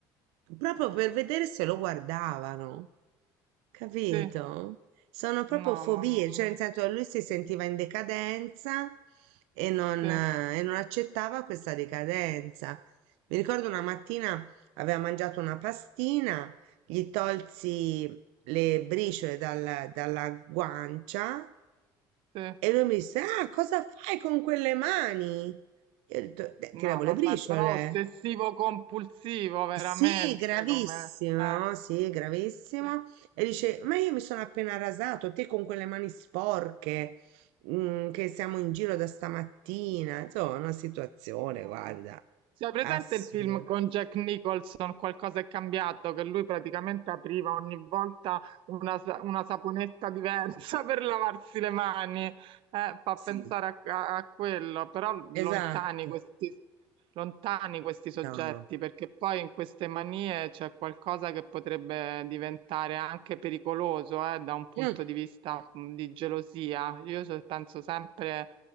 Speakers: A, on the right (about 90°); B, on the right (about 65°).
A: proprio per vedere se lo guardavano. Capito?
B: sì,
A: Sono proprio
B: no,
A: fobie,
B: mamma
A: cioè
B: mia,
A: nel senso lui si sentiva in decadenza e non,
B: sì,
A: eh, e non accettava questa decadenza. Mi ricordo una mattina aveva mangiato una pastina, gli tolsi le briciole dal- dalla guancia
B: sì,
A: e lui mi disse, ah, cosa fai con quelle mani? Io ho detto, "Beh,
B: no,
A: tiravo le
B: vabbè,
A: briciole.
B: però ossessivo compulsivo veramente
A: Sì, gravissimo,
B: come... Eh,
A: sì, gravissimo.
B: sì,
A: E dice, ma io mi sono appena rasato, te con quelle mani sporche, mm, che siamo in giro da stamattina. Insomma, una situazione,
B: no.
A: guarda,
B: Sì, hai presente
A: assurda.
B: il film con Jack Nicholson, Qualcosa è cambiato, che lui praticamente apriva ogni volta una, sa- una saponetta diversa <laughs> per lavarsi le mani, Eh, fa
A: Sì,
B: pensare a, a- a quello, però lontani
A: esatto.
B: questi... lontani questi soggetti,
A: No, no.
B: perché poi in queste manie c'è qualcosa che potrebbe diventare anche pericoloso, eh, da un punto
A: Mm,
B: di vista mh, di gelosia. Io so- penso sempre